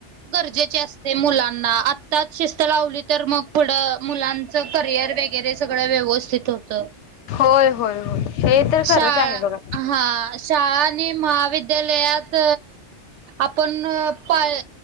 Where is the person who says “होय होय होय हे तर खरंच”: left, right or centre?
Left